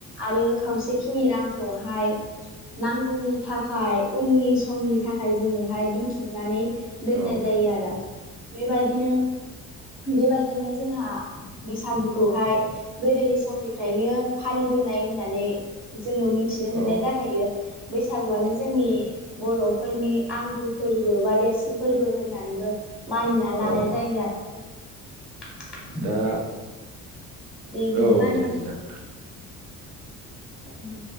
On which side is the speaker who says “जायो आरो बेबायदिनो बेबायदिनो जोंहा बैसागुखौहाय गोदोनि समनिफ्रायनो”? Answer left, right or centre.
Centre